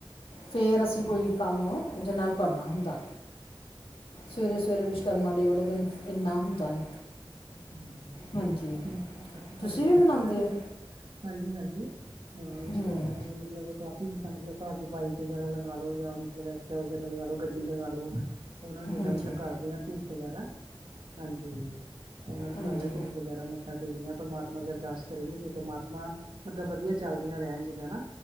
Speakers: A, on the left; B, on the right.
A: ਫੇਰ ਅਸੀਂ ਕੋਈ ਕੰਮ। ਉਹਦੇ ਨਾਲ ਕਰਨਾ ਹੁੰਦਾ, ਸਵੇਰੇ-ਸਵੇਰੇ ਵਿਸ਼। ਕਰਮਾ ਡੇ ਵਾਲੇ ਦਿਨ ਇੰਨਾ ਹੁੰਦਾ ਏ।
B: ਹਾਂਜੀ-ਹਾਂਜੀ,
A: ਹਾਂਜੀ,
B: ਦੋ ਤਿਉਹਾਰ ਇਕੱਠੇ ਸਾਡੇ
A: ਤੁਸੀਂ
B: ਹੋ
A: ਵੀ
B: ਜਾਂਦੇ
A: ਮਨਾਂਉਦੇ
B: ਨਾ ਫੇਰ।
A: ਹੋ।
B: ਹਾਂਜੀ-ਹਾਂਜੀ, ਹਾਂ ਵਿਸ਼ਕਰਮਾ
A: ਹੂੰ
B: ਡੇਅ। ਮਤਲਬ ਕਾਫ਼ੀ ਚੀਜਾ ਮਤਲਬ ਘਰ ਦੀ ਬਾਈਕ ਵਗੈਰਾ ਲਗਾ ਲੋ ਜਾਂ ਮਤਲਬ ਐਕਟੀਵਾ ਵਗੈਰਾ ਲਗਾ ਲੋ ਗੱਡੀ ਲਗਾ ਲੋ। ਉਹ ਨਾ ਜਿੱਦਾਂ
A: ਹਾਂਜੀ
B: ਮਤਲਬ ਕਰਦੇ ਹਾਂ ਧੂਫ਼ ਵਗੈਰਾ ਹਾਂਜੀ।
A: ਹਾਂਜੀ
B: ਕਰ ਧੂਪ ਵਗੈਰਾ ਮੱਥਾ ਟੇਕ ਦਿਆਂ ਪ੍ਰਮਾਤਮਾ ਅਗੇ ਅਰਦਾਸ ਕਰਦੀ ਹੇ ਪਰਮਾਤਮਾ। ਮਤਲਬ ਵਧੀਆ ਚੱਲਦੀਆਂ ਰਹਿਣ ਜਿਦਾ ਹਨਾ।